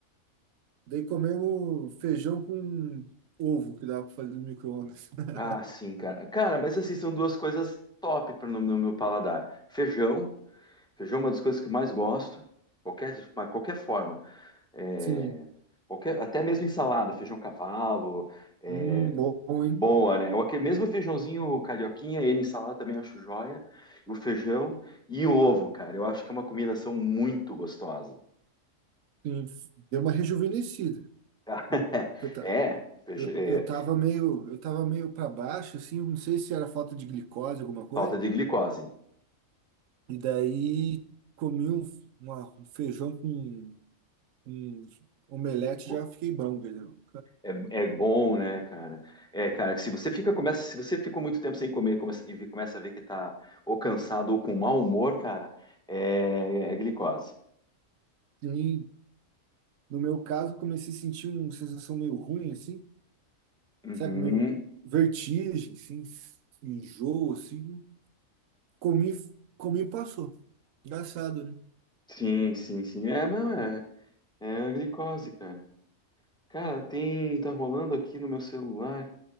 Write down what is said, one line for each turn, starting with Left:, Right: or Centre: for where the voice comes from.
Right: daí comemos feijão com ovo que dá para fazer no micro-ondas. <laughs>
Centre: Ah, sim, cara. Cara, mas assim, são duas coisas top pro- no, no meu paladar. Feijão. Feijão é uma das coisas que eu mais gosto. Qualquer, mas qualquer forma. É,
Right: Sim.
Centre: qualquer, até mesmo ensalada, feijão cavalo, é,
Right: Hum, bom, hein?
Centre: Boa, né? O aque- mesmo o feijãozinho carioquinha, ele em salada também acho joia. O feijão e o ovo, cara. Eu acho que é uma combinação muito gostosa.
Right: Sim. Deu uma rejuvenescida.
Centre: <laughs>
Right: Eu, ta-
Centre: É, feij-
Right: eu,
Centre: é,
Right: eu tava meio, eu tava meio para baixo, assim, não sei se era falta de glicose, alguma coisa.
Centre: falta de glicose.
Right: E daí comi um, uma- um feijão com um omelete,
Centre: Co-
Right: já fiquei bom, velho.
Centre: É, é bom, né, cara? É, cara, se você fica, começa, se você ficou muito tempo sem comer, começa, e vi- começa a ver que tá ou cansado ou com mau humor, cara, é, é glicose.
Right: E, no meu caso, comecei a sentir uma sensação meio ruim, assim,
Centre: Uhum.
Right: sabe, meio vertigem, assim, enjoo, assim. Comi, comi e passou. Engraçado, né?
Centre: Sim, sim, sim. É, não, é, é a glicose, cara. Cara, tem, tá rolando aqui no meu celular